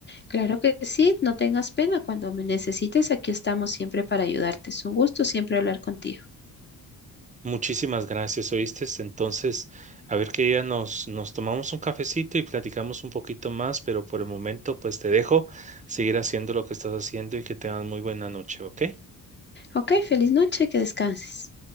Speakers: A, on the left (about 25°); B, on the right (about 20°).
A: Claro que sí, no tengas pena. Cuando me necesites, aquí estamos siempre para ayudarte. Es un gusto siempre hablar contigo.
B: Muchísimas gracias, ¿oíste? Entonces, a ver qué día nos, nos tomamos un cafecito y platicamos un poquito más, pero por el momento pues te dejo seguir haciendo lo que estás haciendo y que tengas muy buena noche, ¿ok?
A: Ok, feliz noche, que descanses.